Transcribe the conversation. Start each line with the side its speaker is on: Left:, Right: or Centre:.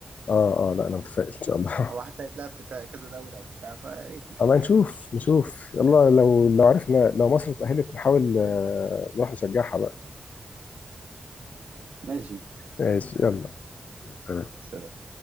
Left: اه اه لا انا متفائل ان شاء الله
Right: هو حتى هيتلعب في تا- كذا دوله وبتاع فيا
Left: <laughs>
Right: ريت نشوف
Left: اما
Right: حاجه
Left: نشوف
Right: حلوه
Left: نشوف يلا لو لو عرفنا لو مصر اتأهلت نحاول آه، نروح نشجعها بقى
Right: ماشي
Left: ماشي يلا سلام
Right: سلام